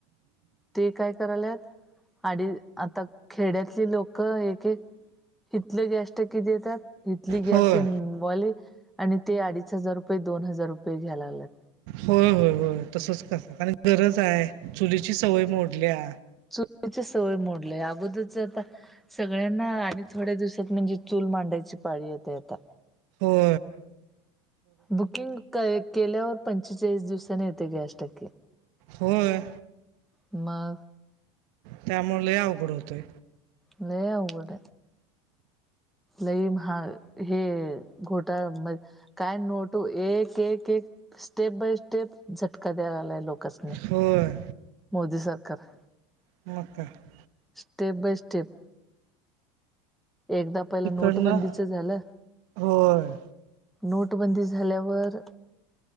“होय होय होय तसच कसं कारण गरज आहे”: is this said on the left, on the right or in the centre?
Right